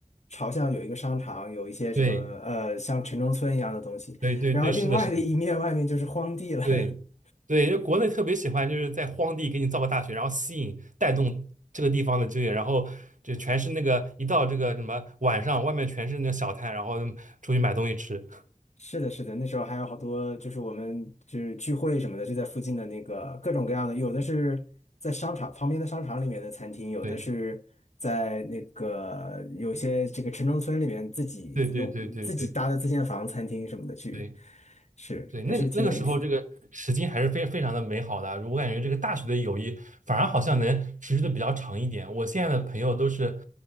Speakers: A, on the left (about 60°); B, on the right (about 70°).
A: 朝向有一个商场，有一些什么呃像城中村一样的东西，
B: 对对对对，
A: 然后另外的一面外面就是荒地了。
B: 是的，是的。对，
A: <laughs>
B: 对，就国内特别喜欢，就是在荒地给你造个大学，然后吸引带动这个地方的就业，然后就全是那个一到这个什么晚上，外面全是那个小摊，然后出去买东西吃。
A: 是的，是的，那时候还有好多，就是我们就是聚会什么的，就在附近的那个各种各样的，有的是在商场旁边的商场里面的餐厅，有的是在那个有些这个城中村里面自己弄自己搭的自建房餐厅什么的去，
B: 对对对对对对对对
A: 是还是挺有意思的。
B: 对，那个那个时候这个时间还是非非常的美好的啊我感觉这个大学的友谊反而好像能持续的比较长一点。我现在的朋友都是，